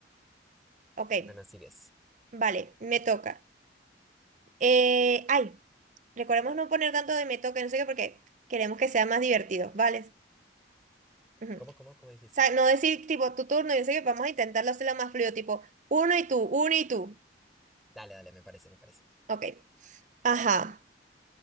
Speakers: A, on the right; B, in the centre.
A: Ok,
B: Bueno, sigues.
A: vale, me toca. Eh, ay, recordemos no poner tanto de me toca, no sé qué, porque queremos que sea más divertido, ¿vale? Ujú.
B: ¿Cómo,
A: O
B: cómo, cómo dijiste?
A: sea, no decir tipo tu turno, y no sé qué, vamos a intentarlo hacerlo más fluido, tipo uno y tú, uno y tú.
B: Dale, dale, me parece, me parece.
A: Ok, ajá.